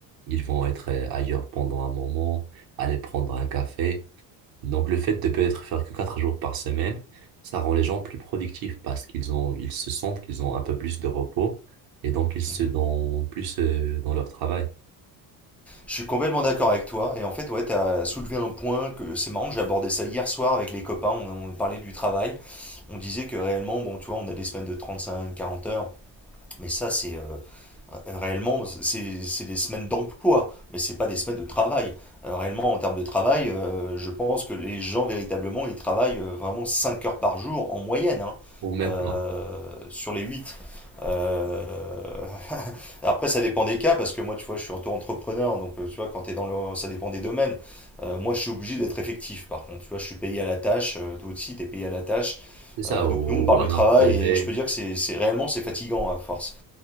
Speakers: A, on the right; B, in the centre.
A: Ils vont être euh, ailleurs pendant un moment, aller prendre un café. Donc, le fait de peut-être faire que 4 jours par semaine, ça rend les gens plus productifs parce qu'ils ont, ils se sentent qu'ils ont un peu plus de repos et donc ils se
B: mhm.
A: donnent plus euh, dans leur travail.
B: Je suis complètement d'accord avec toi. Et en fait, ouais, tu as soulevé un point que c'est marrant, j'ai abordé ça hier soir avec les copains. On, on parlait du travail. On disait que réellement, bon, tu vois, on a des semaines de 35 40 heures. Mais ça, c'est euh, Euh, réellement, c'est c'est des semaines d'emploi, mais c'est pas des semaines de travail. Euh, réellement, en termes de travail, euh, je pense que les gens, véritablement, ils travaillent euh, vraiment 5 heures par jour en moyenne, hein,
A: Au même
B: euh,
A: temps.
B: sur les 8. Euh, <laughs> Après, ça dépend des cas, parce que moi, tu vois, je suis auto-entrepreneur, donc euh, tu vois, quand t'es dans le... ça dépend des domaines. Euh, moi, je suis obligé d'être effectif, par contre, tu vois, je suis payé à la tâche, euh, toi aussi, tu payé à la tâche.
A: C'est ça,
B: Euh, donc,
A: ou
B: nous, on parle
A: à
B: de travail,
A: un projet.
B: et je peux dire que c'est c'est- réellement, c'est fatigant à force.